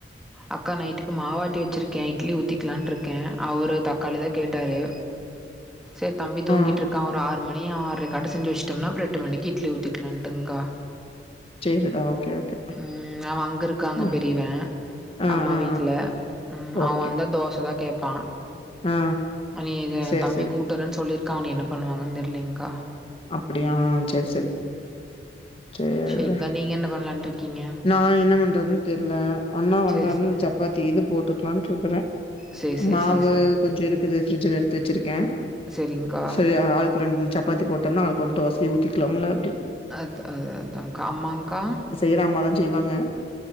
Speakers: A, in the centre; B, on the left (about 30°).
A: அக்கா நைட்டுக்கு மாவாட்டி வச்சிருக்கே இட்லி ஊத்தி க்குலான்ட்ருக்கே அவுரு தக்காளி தா கேட்டாரு சேர் தம்பி தூங்கிட்ருக்கா
B: ஆ
A: ஒரு ஆர் மணி ஆறு <unintelligible> செஞ்சு வஷ்டோம்னா அப்ற எட்டுமணிக்கு இட்லி ஊத்திக்குலான்ட்டுன்கா
B: சேரிடா ஓகே ஓகே
A: ம் அவன் அங்கிருக்காங்க
B: ஆ
A: பெரியவ
B: ஆ
A: அம்மா
B: ஆ
A: வீட்ல உம் அவன்
B: ஓகே
A: வந்தா தோச தா கேப்பான்
B: ஆ
A: அ நீ இத
B: சேரி
A: தம்பி
B: சேரி
A: கூட்வறன் சொல்லிர் கா நீ என்ன பண்ணுவாங்கன் தெரிலிங்க்கா
B: அப்பிடியா சேர் செரி சேரி
A: சரிங்க்கா. நீங்க என்ன பண்ணலான்ட்ருக்கீங்க?
B: நான் என்ன பண்றதுன் தெர்ல அண்ணா
A: சரி,
B: வந்தார்னா
A: சரி.
B: சப்பாத்தி இது போட்டுக்குலான்ட்ருக்குற
A: சரி, சரி,
B: மாவு
A: சரி, சரி.
B: கொஞ்சு இருக்குது ஃபிரிட்ஜுல எடுத்து வச்சிருக்கே
A: சரிங்க்கா.
B: சரி ஆளுக்கு ரெண் ரெண் சப்பாத்தி போட்டம்னா ஒரு தோசய ஊத்திக்தலாம்ல
A: அத் அது அதங்க்கா ஆமாங்க்கா
B: அது அம்மா தா செய்வாங்க